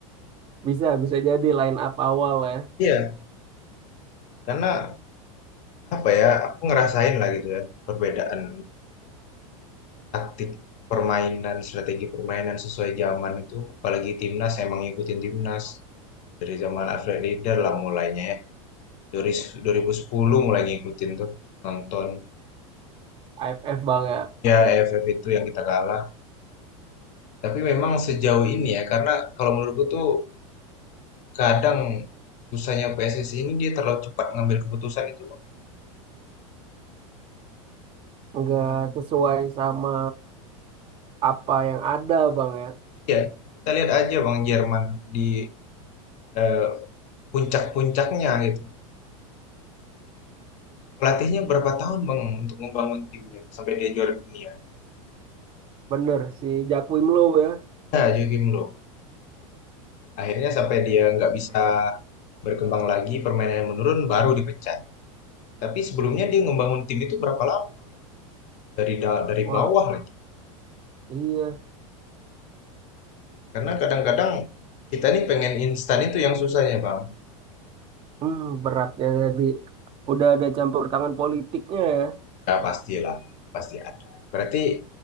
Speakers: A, on the right; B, on the left.
A: Bisa bisa jadi line up awal ya.
B: Iya, karena apa ya, aku ngerasain lah gitu ya perbedaan taktik permainan, strategi permainan sesuai zaman itu, apalagi timnas, emang ngikutin timnas. Dari zaman Alfred Lieder lah mulainya ya. Dari 2010 mulai ngikutin tuh nonton.
A: AFF bang ya.
B: Ya EFF itu yang kita kalah. Tapi memang sejauh ini ya karena kalau menurutku tuh kadang susahnya PSSI ini dia terlalu cepat ngambil keputusan itu. Bang.
A: Nggak sesuai sama apa yang ada bang ya.
B: Iya, kita lihat aja Bang Jerman di eh, puncak-puncaknya gitu. Pelatihnya berapa tahun Bang untuk membangun timnya sampai dia juara dunia.
A: Bener si Jack Low ya.
B: Nah, Joachim Low. Akhirnya sampai dia nggak bisa berkembang lagi, permainannya menurun, baru dipecat. Tapi sebelumnya dia ngebangun tim itu berapa lama? Dari da- dari
A: Wah
B: bawah lagi.
A: iya.
B: Karena kadang-kadang kita nih pengen instan itu yang susahnya, Bang.
A: Hmm, beratnya jadi udah ada campur tangan politiknya ya.
B: Ya pastilah, itu pasti ada. Berarti